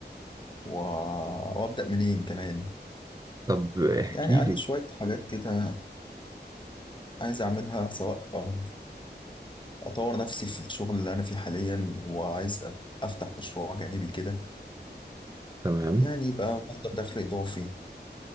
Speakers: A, on the left; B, on the right.
A: و... وأبدأ منين كمان
B: طب احكي
A: يعني عندي
B: لي
A: شوية حاجات كده عايز أعملها سواء آه، أطور نفسي في الشغل اللي أنا فيه حاليا وعايز أ- أفتح مشروع جانبي كده
B: تمام
A: يعني يبقى مصدر دخل إضافي